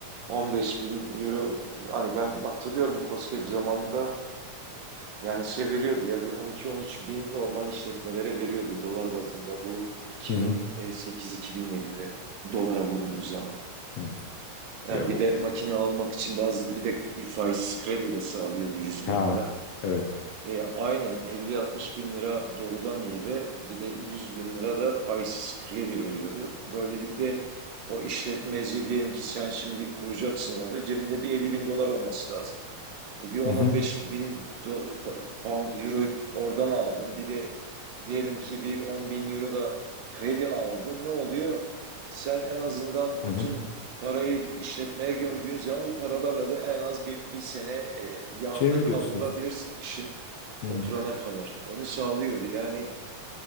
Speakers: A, on the right (about 85°); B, on the left (about 70°).
A: 15 bin euro hani ben hatırlıyorum KOSGEB zamanında yani şey veriyordu ya bir 12-13 bin normal işletmelere veriyordu dolar bazında bu 2008-2007'de
B: Hı hı.
A: dolara vurduğunuz zaman.
B: Hı.
A: Yani
B: Ya bu.
A: bir de makine almak için bazı bir de bir faiz kredi de sağlıyordu 100
B: Ha.
A: bin lira.
B: Evet.
A: E, aynen 50-60 bin lira doğrudan hibe bir de 100 bin lira da faizsiz kredi veriyordu. Böylelikle o işletmeci diyelim ki sen şimdi kuracaksın orada cebinde bir 50 bin dolar olması lazım. E, bir 10-15
B: Hı hı.
A: bin do- pa- pound, euroyu oradan aldın bir de diyelim ki bir 10 bin euro da kredi aldın ne oluyor? Sen en azından
B: Hı
A: bütün
B: hı.
A: parayı işletmeye gömdüğün zaman bu paralarla da en az bir, bir sene e, yağında
B: Çeviriyorsun.
A: kavrulabilirsin. işin
B: Hı
A: oturana kadar. Onu sağlıyordu. Yani